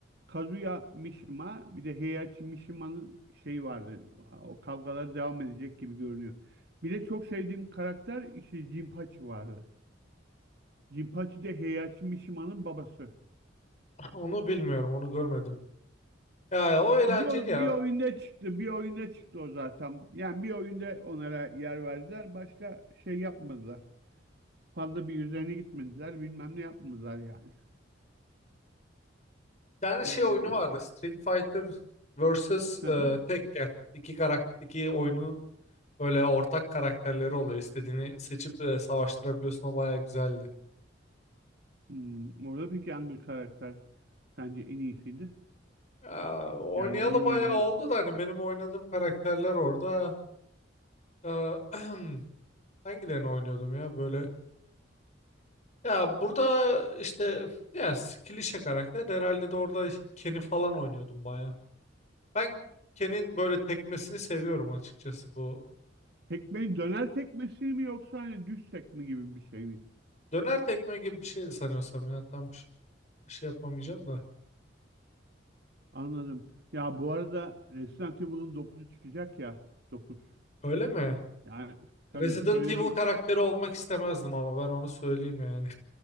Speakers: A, on the right; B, on the left.
A: Kazuya Mishima bir de Heihachi Mishima'nın şeyi vardı. O kavgalar devam edecek gibi görünüyor. Bir de çok sevdiğim karakter işte Jinpachi vardı. Jinpachi de Heihachi Mishima'nın babası.
B: Onu bilmiyorum, onu görmedim. Ya ya, o eğlenceli
A: O bir,
B: ya.
A: bir oyunda çıktı. Bir oyunda çıktı o zaten. Yani bir oyunda onlara yer verdiler. Başka şey yapmadılar. Fazla bir üzerine gitmediler. Bilmem ne yapmadılar yani.
B: Bir tane
A: Ee,
B: şey oyunu vardı. Street Fighter vs e,
A: hı hı.
B: Tekken. İki karakter, iki oyunun böyle ortak karakterleri oluyor. İstediğini seçip e, savaştırabiliyorsun. O baya güzeldi.
A: Hmm, orada peki hangi karakter sence en iyisiydi?
B: Aa, oynayalı
A: Yani en
B: baya
A: iyileri.
B: oldu da hani benim oynadığım karakterler orada. Aa, <clears throat> hangilerini oynuyordum ya böyle? Ya burada işte ya klişe karakter de herhalde de orada Ken'i falan oynuyordum baya. Ben Ken'in böyle tekmesini seviyorum açıkçası bu.
A: Tekmeyi döner tekmesi mi yoksa hani düz tekme gibi bir şey mi?
B: Döner tekme gibi bir şeydi sanıyorsam ya. Tam ş- şey yapamayacağım da.
A: Anladım. Ya bu arada Resident Evil'ın dokuzu çıkacak ya. dokuz.
B: Öyle mi?
A: Yani tabii
B: Resident
A: öyle
B: Evil
A: bir
B: karakteri olmak istemezdim ama ben onu söyleyeyim yani.